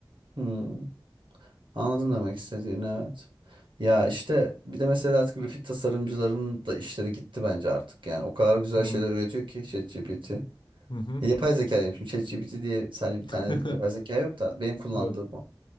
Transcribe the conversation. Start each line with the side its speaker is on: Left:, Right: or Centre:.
Right: Hmm. Anladım demek istediğini evet. Ya işte bir de mesela artık grafik tasarımcıların da işleri gitti bence artık yani. O kadar güzel
Left: Hı
Right: şeyler üretiyor ki ChatGPT. Ya
Left: hı. hı.
Right: Yapay zeka diyeyim şimdi ChatGPT diye sadece
Left: <laughs>
Right: bir tane yapay zeka yok da benim kullandığım
Left: Evet.
Right: o.